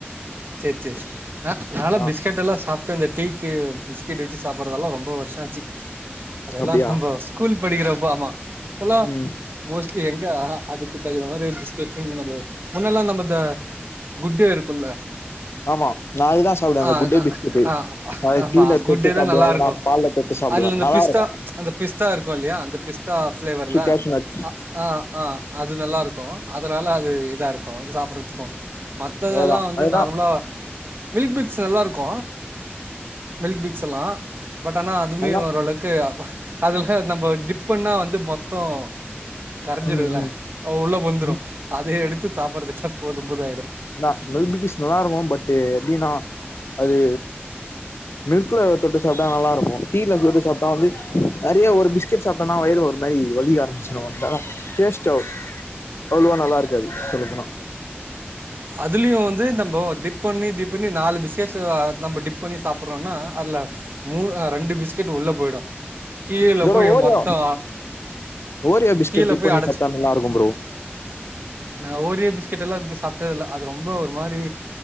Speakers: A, on the right; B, on the left.
A: சேர் சேரி ஆ நாலா
B: ஆ
A: பிஸ்கெட்டெல்லா சாப்டு அந்த டீக்கு பிஸ்கெட் வச்சு சாப்பற்றதல்லா ரொம்ப வருஷோ ஆச்சு அதல்லா
B: அப்டியா
A: நம்போ ஸ்கூல் படிக்கிறப்போ ஆமா இப்பலா
B: ம்
A: மோஸ்ட்லி எங்க அதுக்கு தகுந்த மாரி பிஸ்கெட்ஸு என்னது முன்னல்லா நம்ம அந்த குட்டே இருக்குல்ல
B: ஆமா நா அதுதா சாப்டுவே அந்த
A: ஆ
B: குட்டே பிஸ்கட்டு
A: ஆ
B: அதுல
A: ஆமா
B: டீல தொட்டு
A: குட்டே
B: சாப்டுவே
A: தா நல்லா
B: இல்னா
A: இருக்கு
B: பால்ல தொட்டு சாப்டுவே
A: அதுல இந்த
B: நல்லாருக்கு
A: பிஸ்தா அந்த பிஸ்தா இருக்கு இல்லியா அந்த பிஸ்தா ஃபிளேவர்ல
B: கேஷ்யூ நட்ஸ்
A: அ அ ஆ அது நல்லாருக்கு அதுனால அது இதா இருக்கு சாப்பற்றதுக்கு மத்ததல்லா
B: அதுதா
A: வந்
B: அதுதா
A: தா மில்க் பிக்கிஸ் நல்லாருக்கு மில்க் பிக்ஸ்ஸல்லா பட் ஆனா அதுமே
B: நல்லா
A: ஓரளக் கு அதுல நம்ப டிப் பண்ணா வந்து மொத்தோ கரஞ்சுடுல
B: ம் ம்
A: உள்ள பூந்துறு
B: ம்
A: அத எடுத்து சாப்பற்றதுக்குல்ல போதுபோது ஆய்டு
B: னா மில்க் பிக்கீஸ் நல்லாருக்கு பட்டு எப்டினா அது மில்க்ல தொட்டு சாப்ட்டா நல்லாருக்கு டீல தொட்டு சாப்ட்டா வந்து நெறைய ஒரு பிஸ் பிஸ்கெட் சாப்டொனா வயிறு ஒரு மாரி வலிக்க ஆரம்பிச்சுடு வந்தா டேஸ்டோ அவ்ளோவா நல்லாருக்காது சொல்லப்போனா
A: அதுலயு வந்து நம்போ டிப் டிப் பண்ணி டிப் பண்ணி நாலு பிஸ்கட்ஸ் நம்ம டிப் பண்ணி சாப்பற்றோனா அதுல மூணு ரெண்டு பிஸ்கெட் உள்ள போயிடு கீழ
B: இதோட
A: போய்
B: ஓரியோ
A: மொத்தோ
B: ஓரியோ பிஸ்கெட்
A: கீழ
B: டிப்
A: போய்
B: பண்ணி
A: அடச்சு
B: சாப்டா நல்லாருக்கு ப்ரோ
A: நா ஓரியோ பிஸ்கெட் எல்லா எடுத்து சாப்ட்டதில்ல அது ரொம்ப ஒரு மாரி